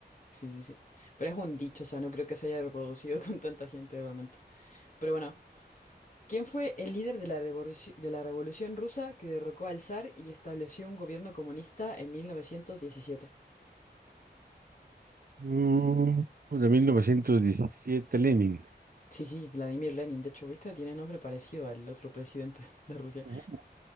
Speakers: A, on the left (about 45°); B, on the right (about 60°).
A: Sí, sí, sí. Pero es un dicho, o sea, no creo que se haya reproducido <laughs> con tanta gente realmente. Pero bueno. ¿Quién fue el líder de la revoluci- de la Revolución Rusa que derrocó al zar y estableció un gobierno comunista en 1917?
B: Uh, de 1917, Lenin.
A: Sí, sí, Vladimir Lenin. De hecho, ¿viste? Tiene nombre parecido al otro presidente <laughs> de Rusia.
B: Ujú.